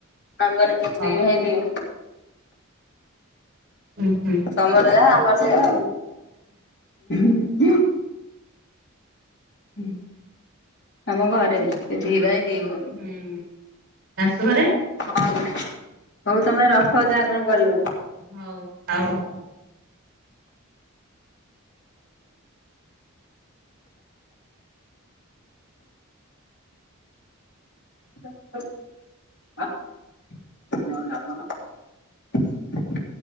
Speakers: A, on the left; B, on the right.
A: ଆମ ମାନେ କିନ୍ତୁ
B: ହଉ
A: ଦି ଭାଇ ଦି ଭଉଣୀ
B: ହୁଁ ହୁଁ।
A: ତମର ଯାହା ଆମର ସେଇଆ ଆଉ ହୁଁ ଆମ ଘରେ ସେ ଦି ଭାଇ ଦି ଭଉ
B: ହୁଁ ଶାଶୁ ଘରେ?
A: ହଉ ହଉ ତମେ ରଖ ଯାହା କଣ କରିବ।
B: ହୋଉ।
A: <unintelligible>